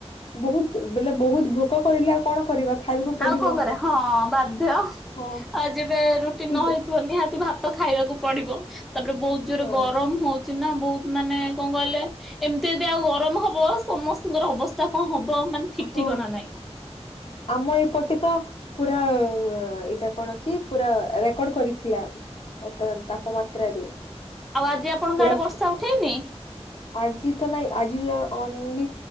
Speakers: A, on the left; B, in the centre.
A: ବହୁତ୍ ବୋଇଲେ ବହୁତ ଭୋକ କରିଲେ ଆଉ କଣ କରିବା ଖାଇବାକୁ ପଡିବ
B: ଆଉ କଣ କରିବା ହଁ ବାଧ୍ୟ।
A: ହଁ
B: ଆଉ ଯେବେ ରୁଟି
A: ଠିକ
B: ନ ହେଇଥିବ ନିହାତି ଭାତ ଖାଇବାକୁ ପଡିବ ତାପରେ ବହୁତ୍ ଜୋରେ
A: ହଁ
B: ଗରମ ହୋଉଛି ନା ବହୁତ ମାନେ କଣ କହିଲେ ଏମିତି ଯଦି ଆଉ ଗରମ ହବ ସମସ୍ତଙ୍କର ଅବସ୍ଥା କଣ ହବ ମାନେ ଠିକ୍
A: ହଁ
B: ଠିକଣା ନାଇଁ।
A: ଆମ ଏଇପଟେ ତ ପୁରା ଏଇଟା କଣ କି ପୁରା ରେକର୍ଡ କରିଥିଲା ତା ତାପମାତ୍ରାରେ।
B: ଆଉ ଆଜି ଆପଣଙ୍କ
A: ପୁରା
B: ଆଡେ ବର୍ଷା ଉଠେଇନି?
A: ଆଜି ତ ନାଇଁ ଆଜି ଅନଲି